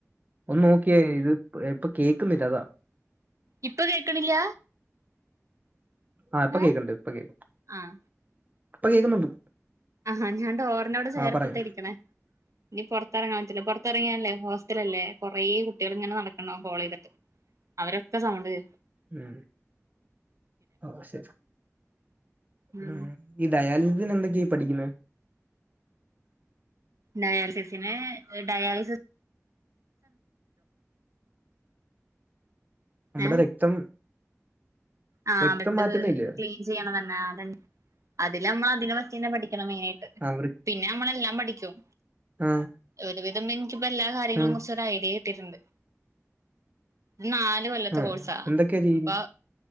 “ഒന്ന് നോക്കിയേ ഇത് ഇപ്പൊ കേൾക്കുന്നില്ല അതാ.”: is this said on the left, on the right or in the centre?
Right